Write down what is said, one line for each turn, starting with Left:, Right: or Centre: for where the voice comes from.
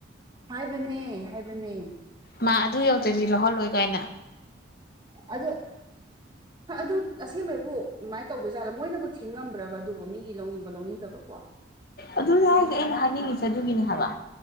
Right: ꯍꯥꯏꯕꯅꯦ ꯍꯥꯏꯕꯅꯦ
Left: ꯃꯥꯛ ꯑꯗꯨ ꯌꯧꯗ꯭ꯔꯗꯤ ꯂꯧꯍꯜꯂꯣꯏ ꯀꯥꯏꯅ
Right: ꯑꯗꯨ ꯑꯗꯨ ꯑꯁꯦꯡꯕꯩꯕꯨ ꯑꯗꯨꯃꯥꯏꯅ ꯇꯧꯗꯣꯏꯖꯥꯠꯂ ꯃꯣꯏꯅꯕꯨ ꯊꯤꯡꯉꯝꯝꯕ꯭ꯔꯕ ꯑꯗꯨꯕꯨ ꯃꯤꯒꯤ ꯂꯧꯅꯤꯡꯕ ꯂꯧꯅꯤꯡꯗꯕꯕꯣ
Left: ꯑꯗꯨꯅꯦ ꯍꯥꯏꯁꯦ ꯑꯩꯅ ꯍꯥꯏꯅꯤꯡꯉꯤꯁꯦ ꯑꯗꯨꯒꯤꯅꯦ ꯍꯥꯏꯕ